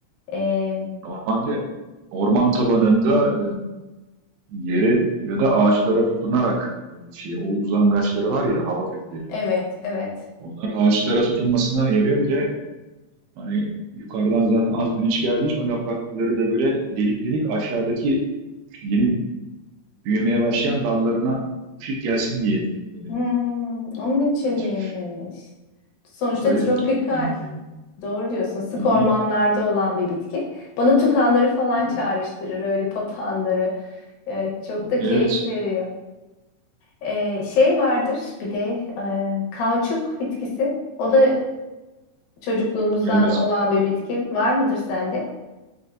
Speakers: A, on the left; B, on the right.
A: Ee,
B: Normalde orman tabanında e, yere ya da ağaçlara tutunarak e, şey o uzangaçları var ya hava kökleri.
A: evet, evet.
B: Onlar ağaçlara tutunmasına yarıyor bile Hani yukarıdan zaten az güneş geldiği için o yaprakları da böyle delik delik aşağıdaki yeni büyümeye başlayan dallarına ışık gelsin diye böyle
A: Hmm, onun için
B: gelişmiş.
A: miymiş? Sonuçta
B: Öyle
A: tropikal.
B: deniliyor.
A: Doğru diyorsun. Sık
B: Hı hı.
A: ormanlarda olan bir bitki. Bana tukanları falan
B: Evet.
A: çağrıştırır, öyle papağanları. Ee, çok da
B: Evet.
A: keyif veriyor. Ee, şey vardır bir de e, kauçuk bitkisi. O da Çocukluğumuzdan
B: Evet.
A: olan bir bitki var mıdır sende?